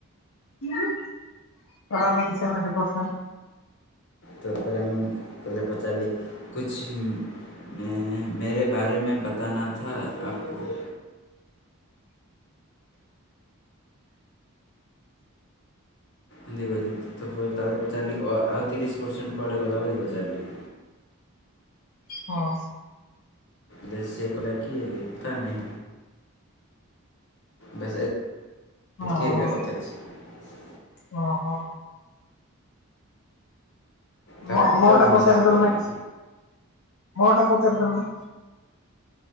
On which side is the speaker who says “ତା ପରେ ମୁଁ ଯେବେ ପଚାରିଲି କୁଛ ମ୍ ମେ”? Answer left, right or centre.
Left